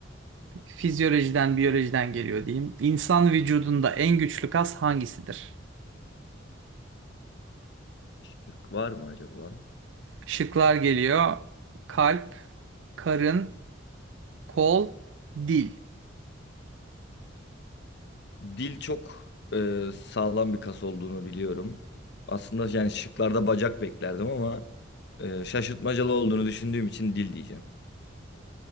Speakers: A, on the right; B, on the left.
A: Fizyolojiden, biyolojiden geliyor diyeyim. İnsan vücudunda en güçlü kas hangisidir?
B: Şık var mı acaba?
A: Şıklar geliyor. Kalp, karın, kol, dil.
B: Dil çok eee, sağlam bir kas olduğunu biliyorum. Aslında yani şıklarda bacak beklerdim ama eee, şaşırtmacalı olduğunu düşündüğüm için dil diyeceğim.